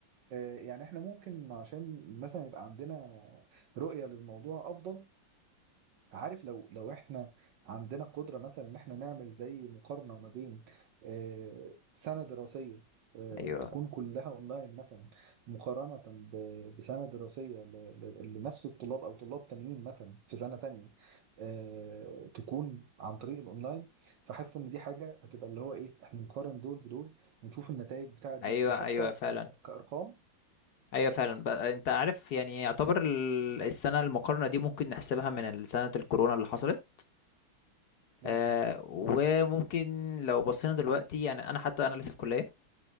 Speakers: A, on the right (about 65°); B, on the left (about 55°).
A: آه، يعني إحنا ممكن عشان مثلا يبقى عندنا رؤية للموضوع أفضل عارف لو لو احنا عندنا قدرة مثلا ان احنا نعمل زي مقارنة ما بين آه، سنة دراسية آه،
B: ايوه
A: تكون كلها اونلاين مثلا مقارنة ب- بسنة دراسية ل- ل- لنفس الطلاب او طلاب تانيين مثلا في سنة تانية آه، تكون عن طريق الاونلاين فحاسس ان دي حاجة هتبقى اللي هو ايه احنا نقارن دول بدول ونشوف النتائج بتاعت دي
B: ايوه
A: كحتى
B: ايوه فعلا
A: ك- كأرقام
B: ايوه فعلا ب... انت عارف يعني يعتبر ال- السنه المقارنه دي ممكن نحسبها من سنه الكورونا اللي حصلت
A: ممكن
B: آه وممكن لو بصينا دلوقتي يعني انا حتى انا لسه في كلية